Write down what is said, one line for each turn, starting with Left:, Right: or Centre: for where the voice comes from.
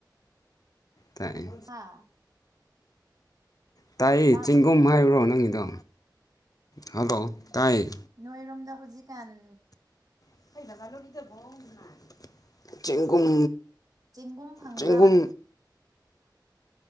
Left: ꯇꯥꯏꯌꯦ
Right: ꯍꯥ
Left: ꯇꯥꯏ
Right: ꯇꯥꯕ꯭ꯔꯣ
Left: ꯆꯦꯡꯒꯨꯝ ꯍꯥꯏꯕ꯭ꯔꯣ ꯅꯪꯒꯤꯗꯣ ꯍꯜꯂꯣ ꯇꯥꯏ
Right: ꯅꯣꯏꯔꯣꯝꯗ ꯍꯧꯖꯤꯛꯀꯥꯟ
Left: <unintelligible> ꯆꯦꯡꯒꯨꯝ
Right: ꯆꯦꯡꯒꯨꯝ ꯐꯪꯕ꯭ꯔꯥ
Left: ꯆꯦꯡꯒꯨꯝ